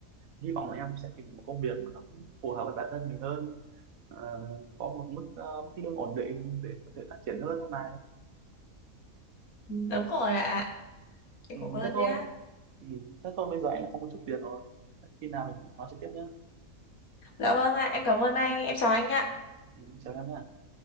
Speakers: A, on the right; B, on the left.
A: hy vọng là em sẽ tìm một công việc mà nó cũng phù hợp với bản thân mình hơn Ờ, có một mức ờ, mức lương ổn định để có thể phát triển hơn mà
B: Ừ. đúng rồi ạ em
A: Ừ,
B: cảm ơn
A: thế thôi.
B: nhá
A: Ừ, thế thôi bây giờ anh đã có một chút việc rồi. Khi nào mình nói trực tiếp nhé.
B: dạ vâng ạ em cảm ơn anh em chào anh ạ
A: Ừ, chào em nhé.